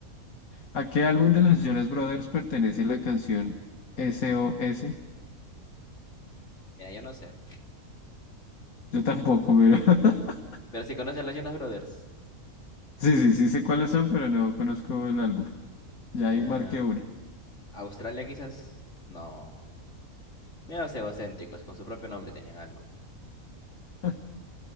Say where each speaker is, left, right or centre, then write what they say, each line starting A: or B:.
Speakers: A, on the left (about 75°); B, on the left (about 55°).
A: ¿A qué álbum de los Jonas Brothers pertenece la canción SOS?
B: Mira, yo no sé.
A: Yo tampoco, pero... <laughs>
B: Pero si conoces a los Jonas Brothers.
A: Sí, sí, sí sé cuáles son, pero no conozco el álbum. Ya
B: Eh,
A: ahí marqué una.
B: Australia quizás. No. Mira los egocéntricos, con su propio nombre tenían algo.
A: <laughs>